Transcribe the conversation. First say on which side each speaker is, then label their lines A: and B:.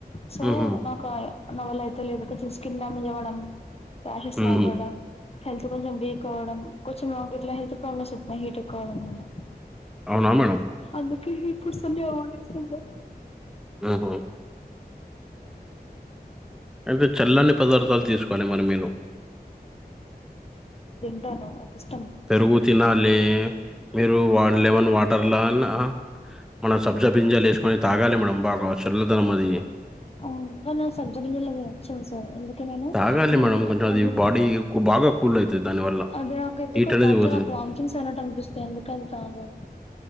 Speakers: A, on the left; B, in the centre.
A: సో
B: ఉహు.
A: నాకు నవలయితే లేదు ఊర్కే స్కిన్ డ్యామేజ్ అవడం రాషెస్లవడం
B: ఉహు.
A: హెల్త్ కొంచెం వీక్ అవ్వడం కొంచెం గిట్లా హెల్త్ ప్రాబ్లమ్స్ వస్తున్నాయ్ హీట్ ఎక్కువవడం వల్ల
B: అవునా మేడం
A: అందుకే హీట్ ఫుడ్స్ అన్ని అవైడ్ జేస్తున్న
B: ఆహా ఐతే చల్లని పదార్థాలు తీసుకోండి మరి మీరు
A: తింటను నాక్ ఇస్
B: పెరుగు తినాలే మీరు వా లెవన్ వాటర్ లలా మన సబ్జా గింజలు ఏసుకొని తాగాలి మేడం బాగా చల్లదనం అది
A: అవును కానీ సబ్జా గింజలు నచ్చావు సార్ నేను
B: తాగాలి
A: మజ్జిగ
B: మేడం కొంచెం
A: మజ్జిగ
B: అది
A: తాగుతాను
B: బాడీ కు బాగా కూల్ అవుతుంది దానివల్ల
A: అది నాకు ఎందుకో
B: హీట్ అనేది
A: తాగితే
B: పోతుంది
A: నాకు వామిటింగ్స్ అయినట్టు అనిపిస్తుంది అందుకే అవి తాగను